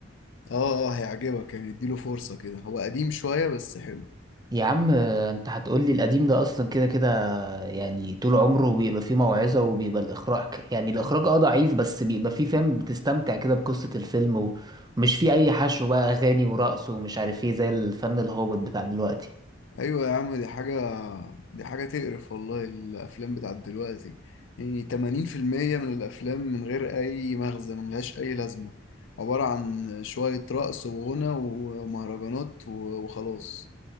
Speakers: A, on the left (about 70°); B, on the right (about 20°).
A: اه اه هيعجبك يعني اديله فرصة كده هو قديم شوية بس حلو
B: يا عم آه، انت هتقولي القديم ده اصلا كده كده يعني طول عمره بيبقى فيه موعظة وبيبقى الاخراج ك- يعني الاخراج اه ضعيف بس بيبقى فيه فاهم بتستمتع كده بقصة الفيلم ومش فيه اي حشو بقى اغاني ورقص ومش عارف ايه زي الفن الهابط بتاع دلوقتي
A: ايوه يا عم دي حاجه دي حاجه تقرف والله الافلام بتاعت دلوقتي يعني 80% من الافلام من غير اي مغزى ملهاش اي لازمه عباره عن شويه رقص وغنى ومهرجانات و- وخلاص